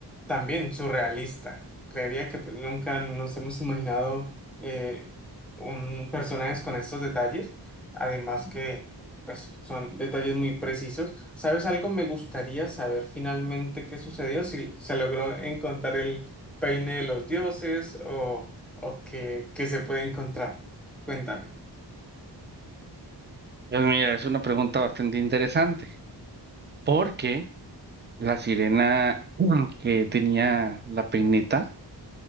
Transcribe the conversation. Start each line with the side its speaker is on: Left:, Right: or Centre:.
Centre: también surrealista. Creería que pues, nunca nos hemos imaginado eh, un, personajes con estos detalles, además que pues, son detalles muy precisos. ¿Sabes algo? Me gustaría saber finalmente qué sucedió, si se logró encontrar el peine de los dioses o, o qué, qué se puede encontrar. Cuéntame.
Right: Pues mira, es una pregunta bastante interesante, porque... La sirena <clears throat> mm, que tenía la peineta